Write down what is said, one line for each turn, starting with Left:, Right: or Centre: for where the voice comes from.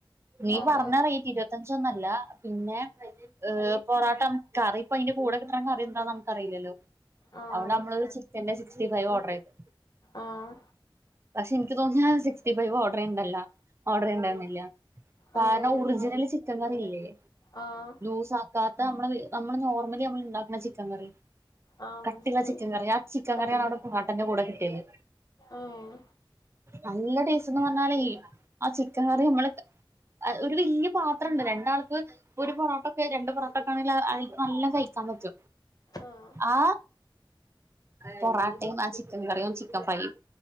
Right: നീ
Left: അതെ
Right: പറഞ്ഞ റേ ഇരുപത്തഞ്ചൊന്നല്ല പിന്നെ ഏ പൊറോട്ട കറിപ്പൊ അതിന്റെ കൂടെ കിട്ടണ കറി എന്താന്ന് നമുക്കറിയില്ലല്ലോ
Left: ആഹ്
Right: അതുകൊണ്ട് നമ്മള് ചിക്കന്റെ സിക്സ്റ്റി ഫൈവ് ഓർഡറ് ചെയ്ത്.
Left: ആഹ്
Right: പക്ഷെ എനിക്ക് തോന്നിയ ഫൈവ് ഓർഡറ് ചെയ്യ്യ്യുണ്ടാലോ ഓർഡർണ്ടായിരുന്നില്ല കാരണം
Left: എന്തെ
Right: ഒർജി - നല്ല ചിക്കൻ കറില്ലേ
Left: ആഹ്
Right: ലൂസ് ആക്കാത്ത നമ്മള് നമ്മള് നോർമലി നമ്മ നല്ല ചിക്കൻ കറി
Left: ആഹ്
Right: കട്ടിയുള്ള
Left: മനസ്സിലായി
Right: ചിക്കൻ കറിയാ ആ ചിക്കൻ
Left: കട്ട്
Right: കറിയാണ്
Left: ചെയ്തോ
Right: അവിടെ പൊറോട്ടന്റെ കൂടെ കിട്ടിയത്.
Left: ആഹ്
Right: നല്ല ടേസ്റ്റ്ന്ന് പറഞ്ഞാലേ ആ ചിക്കൻ കറി നമ്മള് ഒരു വലിയ പാത്രണ്ട് രണ്ടാൾക്ക് ഒരു പൊറോട്ടക്കെ രണ്ട് പൊറോട്ടൊക്കെ ആണെങ്കിൽ നല്ല കഴിക്കാൻ പറ്റും
Left: ആഹ്
Right: ആ പൊറോട്ടയും ആ ചിക്കൻ കറിയും ചിക്കൻ ഫ്രൈയും